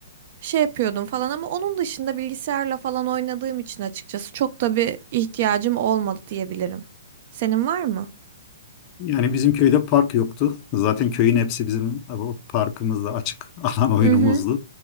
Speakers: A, on the right; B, on the left.
A: Şey yapıyordum falan ama onun dışında bilgisayarla falan oynadığım için açıkçası çok da bir ihtiyacım olmadı diyebilirim. Senin var mı?
B: Yani bizim köyde park yoktu. Zaten köyün hepsi bizim o parkımızda açık alan oyunumuzdu.
A: Hı hı.